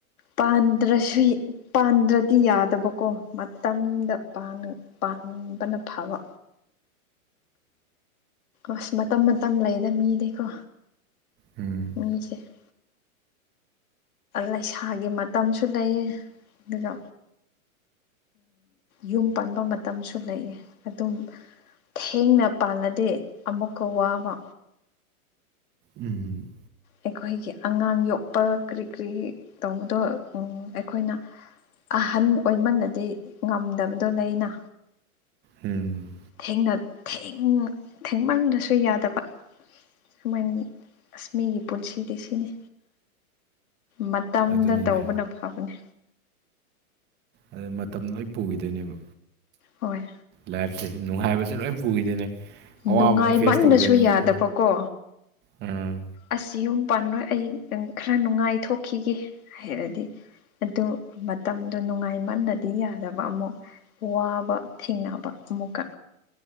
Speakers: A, on the left (about 75°); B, on the right (about 25°).
A: ꯄꯥꯟꯗ꯭ꯔꯁꯨ ꯄꯥꯟꯗ꯭ꯔꯗꯤ ꯌꯥꯗꯕꯀꯣ ꯃꯇꯝꯗ ꯄꯥꯟꯕꯅ ꯐꯕ ꯑꯁ ꯃꯇꯝ ꯃꯇꯝ ꯂꯩꯗ ꯃꯤꯗꯤꯀꯣ
B: ꯎꯝ
A: <unintelligible> ꯂꯩꯁꯥꯒꯤ ꯃꯇꯝꯁꯨ ꯂꯩꯌꯦ ꯑꯗꯨꯒ ꯌꯨꯝ ꯄꯥꯟꯕꯟꯕ ꯃꯇꯝꯁꯨ ꯂꯩꯌꯦ ꯑꯗꯨꯝ ꯊꯦꯡꯅ ꯄꯥꯜꯂꯗꯤ ꯑꯃꯨꯛꯀ ꯋꯥꯕ
B: ꯎꯝ
A: ꯑꯩꯈꯣꯏꯒꯤ ꯑꯉꯥꯡ ꯌꯣꯛꯄ ꯀ꯭ꯔꯤ ꯀ꯭ꯔꯤ ꯇꯧꯕꯗꯣ ꯑꯩꯈꯣꯏꯅ ꯑꯍꯟ ꯑꯣꯏꯃꯜꯂꯗꯤ ꯉꯝꯗꯕꯗꯣ ꯂꯩꯅ
B: ꯎꯝ
A: ꯊꯦꯡꯅ ꯊꯦꯡ ꯊꯦꯡꯃꯟꯔꯁꯨ ꯌꯥꯗꯕ ꯁꯨꯃꯥꯏꯅꯤ ꯑꯁ ꯃꯤꯒꯤ ꯄꯨꯟꯁꯤꯗꯤ ꯁꯤꯅꯤ ꯃꯇꯝꯗ
B: ꯑꯗꯨꯅꯤꯅꯦ
A: ꯇꯧꯕꯅ ꯐꯕꯅꯦ
B: ꯑꯗ ꯃꯇꯝꯅ ꯂꯣꯏ ꯄꯨꯈꯤꯗꯣꯏꯅꯦꯕ
A: ꯍꯣꯏ
B: ꯂꯥꯏꯐꯁꯦ ꯅꯨꯡꯉꯥꯏꯕꯁꯦ ꯂꯣꯏ ꯄꯨꯈꯤꯗꯣꯏꯅꯦ ꯑꯋꯥꯕ
A: ꯅꯨꯡꯉꯥꯏ
B: ꯑꯃꯨꯛ ꯐꯦꯁ
A: ꯃꯟꯅꯁꯨ
B: ꯇꯧꯗꯣꯏꯅꯦ
A: ꯌꯥꯗꯕꯀꯣ
B: ꯑꯥ
A: ꯑꯁ ꯌꯨꯝ ꯄꯥꯟꯂꯣꯏ ꯑꯩ ꯈꯔ ꯅꯨꯡꯉꯥꯏ ꯊꯣꯛꯈꯤꯒꯦ ꯍꯥꯏꯔꯗꯤ ꯑꯗꯨ ꯃꯇꯝꯗꯣ ꯅꯨꯡꯉꯥꯏꯃꯟꯗꯗꯤ ꯌꯥꯗꯕ ꯑꯃꯨꯛ ꯋꯥꯕ ꯊꯦꯡꯅꯕ ꯑꯃꯨꯛꯀ